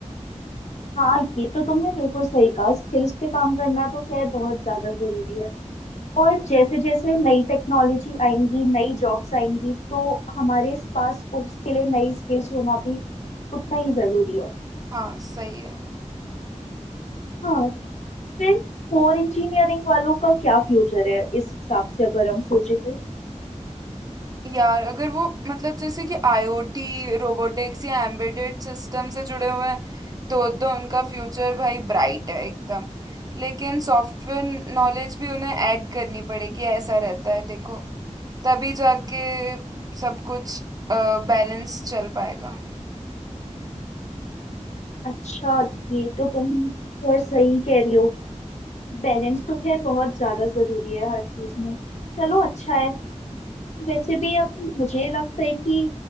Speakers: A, on the left (about 65°); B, on the right (about 30°).
A: हाँ ये तो तुमने बिल्कुल सही कहा स्किल्स पे काम करना तो खैर बहुत ज्यादा जरूरी है और जैसे जैसे नई टेक्नोलॉजी आएंगी नई जॉब्स आएंगी तो हमारे पास उसके लिए नई स्किल्स होना भी उतना ही जरूरी है
B: हाँ सही है
A: हाँ फिर कोर इंजीनियरिंग वालों का क्या फ्यूचर है इस हिसाब से अगर हम सोचे तो
B: यार अगर वो मतलब जैसे कि आईओटी रोबोटिक्स या एम्बेडेड सिस्टम से जुड़े हुए हैं तो तो उनका फ्यूचर भाई ब्राइट है एकदम लेकिन सॉफ्टवेयर नॉलेज भी उन्हें ऐड करनी पड़ेगी ऐसा रहता है देखो तभी जाके सब कुछ बैलेंस चल पाएगा
A: अच्छा ये तो तुम खैर सही कह रही हो बैलेंस तो खैर बहुत ज्यादा जरूरी है हर चीज में चलो अच्छा है वैसे भी अब मुझे लगता है कि